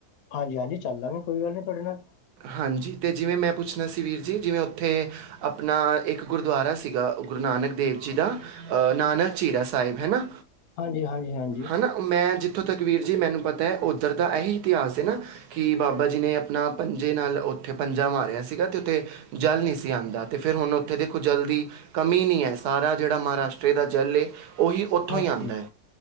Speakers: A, on the left (about 70°); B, on the right (about 85°).
A: ਹਾਂਜੀ-ਹਾਂਜੀ ਚੱਲ ਲਾਂਗੇ ਕੋਈ ਗੱਲ ਨਹੀਂ ਤੁਹਾਡੇ ਨਾਲ।
B: ਹਾਂਜੀ ਅਤੇ ਜਿਵੇਂ ਮੈਂ ਪੁੱਛਣਾ ਸੀ ਵੀਰ ਜੀ ਜਿਵੇਂ ਉੱਥੇ ਆਪਣਾ ਇੱਕ ਗੁਰਦੁਆਰਾ ਸੀਗਾ ਗੁਰੂ ਨਾਨਕ ਦੇਵ ਜੀ ਦਾ ਨਾਨਕ ਚੀਰਾ ਸਾਹਿਬ ਹੈ ਨਾ।
A: ਹਾਂਜੀ- ਹਾਂਜੀ -ਹਾਂਜੀ
B: ਹਨਾ ਮੈਂ ਜਿੱਥੋਂ ਤੱਕ ਵੀਰ ਜੀ ਮੈਨੂੰ ਪਤਾ ਹੈ ਉੱਧਰ ਦਾ ਇਹੀ ਇਤਿਹਾਸ ਹੈ ਨਾ ਕਿ ਬਾਬਾ ਜੀ ਨੇ ਆਪਣਾ ਪੰਜੇ ਨਾਲ ਉੱਥੇ ਪੰਜਾ ਮਾਰਿਆ ਸੀਗਾ ਅਤੇ ਉੱਥੇ ਜਲ ਨਹੀਂ ਸੀ ਆਉਂਦਾ। ਅਤੇ ਫਿਰ ਹੁਣ ਉੱਥੇ ਦੇਖੋ ਜਲ ਦੀ ਕਮੀ ਨਹੀਂ ਹੈ ਸਾਰਾ ਜਿਹੜਾ ਮਹਾਰਾਸ਼ਟਰ ਦਾ ਜਲ ਉਹੀ ਉੱਥੋਂ
A: ਹਾਂਜੀ,
B: ਹੀ ਆਉਂਦਾ ਆਂ।